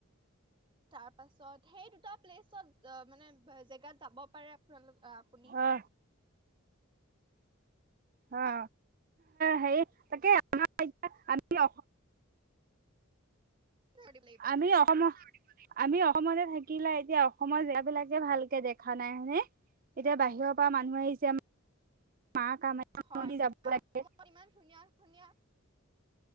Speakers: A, on the right; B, on the right.
A: তাৰ পাছত সেই দুটা। প্লেচত অ মানে জেগাত যাব পাৰে। আপোনালোক আপুনি।
B: অ অ সেই তাকে আমাৰ আমি।
A: লাগিব
B: আমি অসমৰ। আমি অসমতে থাকিলা এতিয়া অসমৰ জেগাবিলাকে ভালকে দেখা নাই হে, এতিয়া বাহিৰৰ পৰা মানুহ আহিছে। মা কামাখ্যাৰ
A: হয়
B: মন্দিৰৰ
A: এতিয়া
B: যাব লাগে।
A: অসমত ইমান ধুনীয়া ধুনীয়া